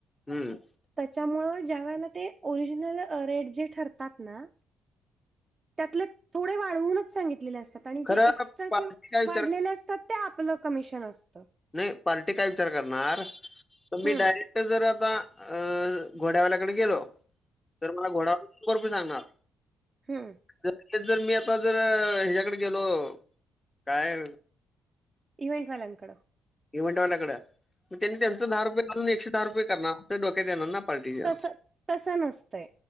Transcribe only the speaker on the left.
हम्म
खरं
पार्टी
काय विचार
नाही. पार्टी काय विचार करणार तर मी
डायरेक्ट जर आता -- अं घोड्यावाल्याकडे गेलो तर मला घोडा शंभर रुपये सांगणार.
<unintelligible> जर मी आता जर हेच्याकडे गेलो. काय?
इव्हेंटवाल्याकड. मग त्यांनी त्यांचं दहा रुपये घालून एकशे दहा रुपये करणार. तेच डोक्यात येणार ना. पार्टीच्या